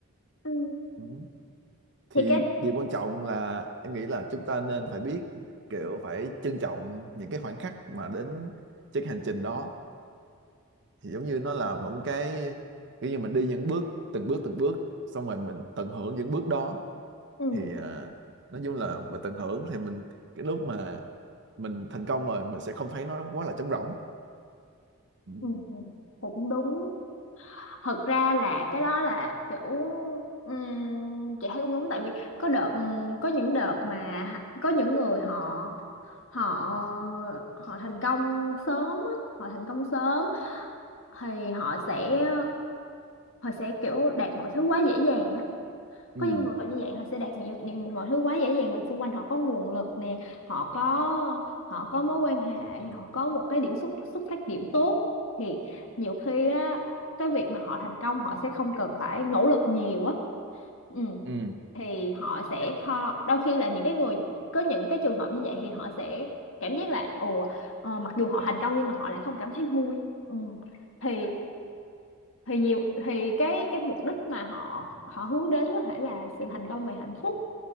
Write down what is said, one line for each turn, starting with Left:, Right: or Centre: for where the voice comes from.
Left: Ừ.
Right: Ừ thì
Left: thì cái
Right: điều quan trọng là em nghĩ là chúng ta nên phải biết kiểu phải trân trọng những cái khoảnh khắc mà đến trên cái hành trình đó thì giống như nó là một cái kiểu như mình đi những bước từng bước từng bước xong rồi mình tận hưởng những bước đó
Left: ừ.
Right: thì à, nói chung là mà tận hưởng thì mình cái lúc mà mình thành công rồi mình sẽ không thấy nó quá là trống rỗng ừ
Left: Ừ, cũng đúng thật ra là cái đó là kiểu ừm, chị thấy cũng đúng tại vì có đợt ừm, có những đợt mà có những người họ họ họ thành công sớm á họ thành công sớm thì họ sẽ họ sẽ kiểu đạt mọi thứ quá dễ dàng á
Right: ừ
Left: có những người họ như vậy họ sẽ đạt nhiều, nhiều mọi thứ quá dễ dàng vì xung quanh họ có nguồn lực nè họ có họ có mối quan hệ họ có một cái điểm xuất xuất phát điểm tốt thì nhiều khi á cái việc mà họ thành công họ sẽ không cần phải nỗ lực nhiều á ừ.
Right: ừ,
Left: thì họ sẽ kho đôi khi là những cái người có những cái trường hợp như vậy thì họ sẽ cảm giác là ồ ờ, mặc dù họ thành công nhưng mà họ lại không cảm thấy vui ừ. thì thì nhiều thì cái cái mục đích mà họ họ hướng đến có thể là sự thành công về hạnh phúc